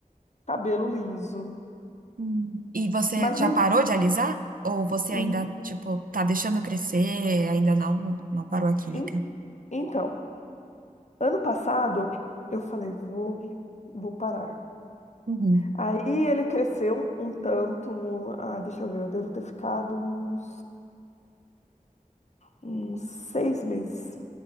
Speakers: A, on the left; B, on the right.
A: cabelo liso.
B: Hum. E você
A: Mas
B: já
A: me-
B: parou de alisar? Ou você
A: hum,
B: ainda, tipo, tá deixando crescer, ainda não, não parou a química?
A: en- então, ano passado eu falei, vou, vou parar.
B: Uhum.
A: Aí ele cresceu um tanto, ah, deixa eu ver, eu devo ter ficado uns, uns seis meses.